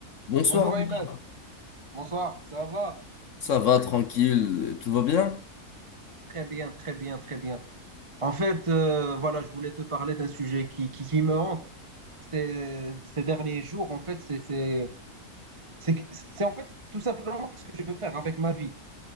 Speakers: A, on the left; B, on the right.
A: Bonsoir,
B: Bonjour
A: Omar.
B: Ahmed, bonsoir, ça va?
A: ça va tranquille, tout va bien?
B: Très bien, très bien, très bien. En fait, euh, voilà, je voulais te parler d'un sujet qui, qui, qui me hante ces, ces derniers jours. En fait, c'est, c'est, c'est, que- c'est en fait tout simplement ce que je veux faire avec ma vie.